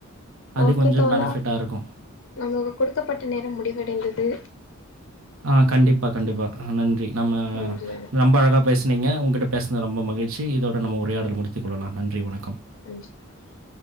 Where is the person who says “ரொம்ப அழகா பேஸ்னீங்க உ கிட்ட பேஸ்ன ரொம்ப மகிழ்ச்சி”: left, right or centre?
Right